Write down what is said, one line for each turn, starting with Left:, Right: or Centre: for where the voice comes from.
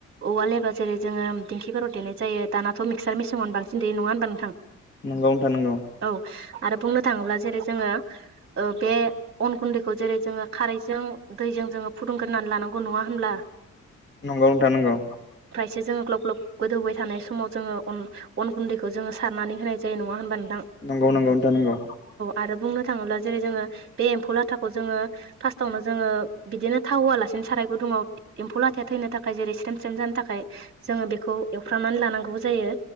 Right: औवा लेबा जेरै जोङो दिंखिफोराव देनाय जायो दानाथ' मिक्सार मेसिङावनो बांसिन देयो नङा होनबा नोंथां।
Left: नंगौ नोंथां नंगौ।
Right: औ आरो बुंनो थाङोब्ला जेरै जोङो बे अन गुन्दैखौ जेरै जोङो खारैजों दैजों फुदुंग्रोननानै लानांगौ नङा होनब्ला?
Left: नंगौ नोंथां नंगौ।
Right: एसे जोङो ग्लब ग्लब गोदौबाय थानाय समाव जोङो अन अन गुन्दैखौ जोङो सारनानै होनाय जायो नङा होनबानो।
Left: नंगौ नंगौ दा नंगौ।
Right: आरो बुंनो थाङोब्ला जेरै जोङो बे एम्फौ लाथाखौ जोङो फार्स्टावनो जोङो बिदिनो थाव होआलासे साराय गुदुंआव एम्फौ लाथाया थैनो थाखाय जेरै स्रेम स्रेम जानो थाखाय। जोङो बेखौ एवफ्रामनानै लानांगौ जायो।